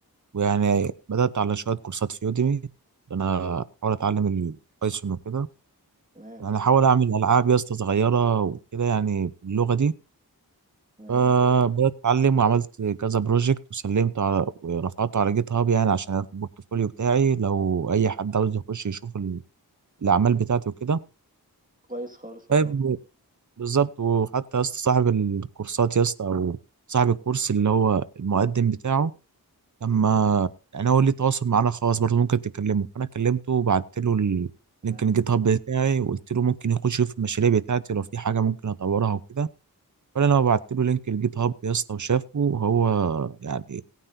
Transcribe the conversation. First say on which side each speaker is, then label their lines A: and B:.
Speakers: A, on the right; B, on the right.
A: ويعني بدات على شويه كورسات في يوديمي انا بحاول اتعلم البايثون وكده
B: تمام
A: يعني احاول اعمل العاب يا اسطى صغيره وكده يعني باللغه دي
B: تمام
A: فبدات اتعلم وعملت كذا بروجكت وسلمته على ورفعته على جيت هاب يعني عشان في البورتفوليو بتاعي لو اي حد عاوز يخش يشوف ال- الاعمال بتاعتي وكده
B: كويس خالص
A: طيب،
B: والله
A: بالظبط وحتى يا اسطى صاحب الكورسات يا اسطى او صاحب الكورس اللي هو المقدم بتاعه لما يعني هو ليه تواصل معانا خاص برضه ممكن تكلمه فانا كلمته وبعت له ال-
B: تمام
A: لينك الجيت هاب بتاعي وقلت له ممكن يخش يشوف المشاريع بتاعتي لو في حاجه ممكن اطورها وكده ولا انا بعت له لينك الجيت هاب يا اسطى وشافه وهو يعني